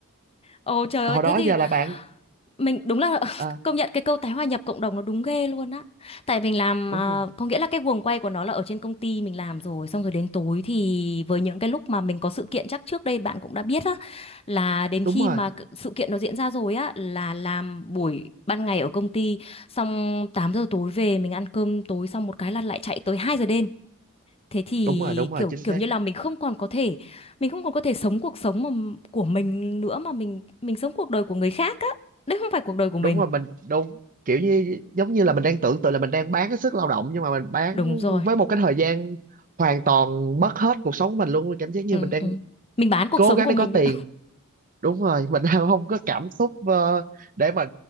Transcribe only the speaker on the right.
hồi
đó
giờ là bạn
à,
đúng
rồi
đúng
rồi
đúng rồi đúng rồi
chính
xác
đúng rồi mình đúng kiểu như giống như là mình đang tưởng tượng là mình đang bán cái sức lao động nhưng mà mình bán
với một cái thời gian hoàn toàn mất hết cuộc sống mình luôn cảm giác như
mình đang
cố
gắng
để
có
tiền đúng rồi <laughs> mình đang không có cảm xúc ờ, để mà